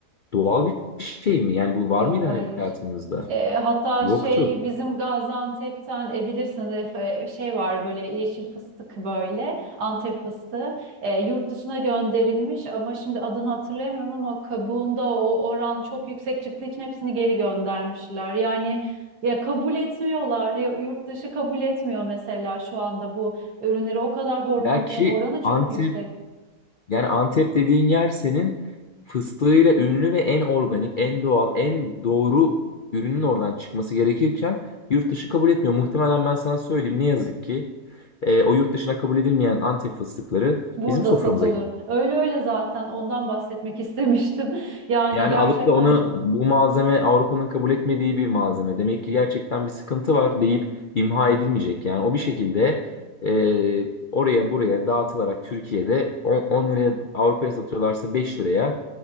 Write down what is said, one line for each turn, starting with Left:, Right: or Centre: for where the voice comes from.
Left: doğal bir şey mi? Yani bu var
Right: Yok
Left: mıydı
Right: hayır.
Left: hayatımızda?
Right: E, hatta
Left: Yoktu.
Right: şey bizim Gaziantep'ten e, bilirsiniz Efe, şey var böyle yeşil fıstık böyle Antep fıstığı E, yurt dışına gönderilmiş ama şimdi adını hatırlayamıyorum ama kabuğunda o oran çok yüksek çıktığı için hepsini geri göndermişler. Yani ya kabul etmiyorlar ya yurt dışı kabul etmiyor mesela şu anda bu ürünleri o kadar hormon
Left: Ya
Right: yani
Left: ki
Right: oranı çok
Left: Antep
Right: yüksek.
Left: Yani Antep dediğin yer senin fıstığıyla ünlü ve en organik, en doğal, en doğru ürünün oradan çıkması gerekirken yurt dışı kabul etmiyor. Muhtemelen ben sana söyleyeyim ne yazık ki e, o yurt dışına kabul edilmeyen Antep fıstıkları
Right: Burada
Left: bizim soframıza
Right: satılıyor. Öyle öyle zaten ondan bahsetmek istemiştim. <laughs> Yani
Left: Yani
Right: gerçekten
Left: alıp da onu
Right: çok.
Left: bu malzeme Avrupa'nın kabul etmediği bir malzeme. Demek ki gerçekten bir sıkıntı var deyip imha edilmeyecek. Yani o bir şekilde e, oraya buraya dağıtılarak Türkiye'de 10, 10 liraya Avrupa'ya satıyorlarsa 5 liraya